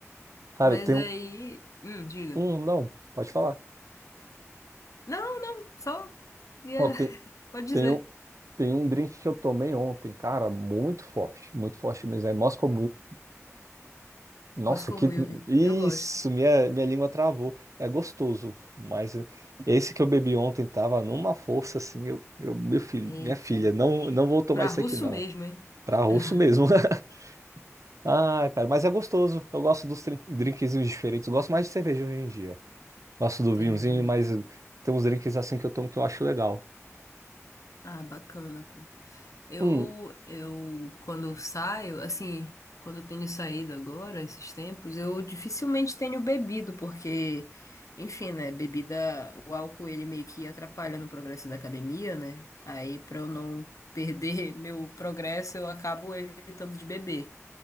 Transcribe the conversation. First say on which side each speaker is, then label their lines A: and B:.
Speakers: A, on the right (about 75°); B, on the left (about 75°).
A: Cara,
B: Mas
A: tem um.
B: aí. Hum, diga.
A: um, não, pode falar.
B: Não, não, só. ia-
A: Ó, tem,
B: <laughs> Pode dizer.
A: tem, um, tem um drink que eu tomei ontem, cara, muito forte, muito forte mesmo. É Moscow, Mule- Nossa,
B: Mas com
A: que.
B: Yuli,
A: Isso,
B: eu gosto.
A: minha, minha língua travou. É gostoso, mas esse que eu bebi ontem tava numa força assim. Eu, eu, meu filho,
B: Eita,
A: minha filha,
B: rapaz.
A: não, não vou tomar
B: Pra
A: isso
B: russo
A: aqui não.
B: mesmo, hein?
A: Pra russo
B: <laughs>
A: mesmo. <laughs> Ah, cara, mas é gostoso. Eu gosto dos trin- drinkzinhos diferentes. Eu gosto mais de cerveja hoje em dia. Gosto do
B: Entendi.
A: vinhozinho, mas tem uns drinks assim que eu tomo que eu acho legal.
B: Ah, bacana, pô. Eu,
A: Hum,
B: eu, quando eu saio, assim, quando eu tenho saído agora, esses tempos, eu dificilmente tenho bebido, porque, enfim, né, bebida, o álcool, ele meio que atrapalha no progresso da academia, né? Aí, pra eu não perder <laughs> meu progresso, eu acabo evitando de beber.